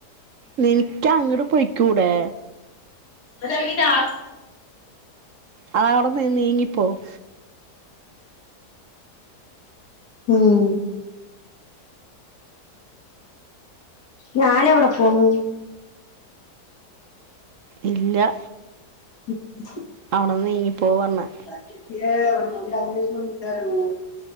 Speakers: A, on the right; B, on the left.
A: നിനക്ക് അങ്ങോട്ട് പോയ്ക്കൂടെ
B: <unintelligible>
A: അ അവിടെന്ന്ന്ന് നീങ്ങിപ്പോവും
B: ഉം ഞാന എവിടെ പോണ്
A: ഇല്ല
B: <inaudible>
A: അവിടെന്ന് നീങ്ങി പോ പറഞ്ഞെ
B: <unintelligible>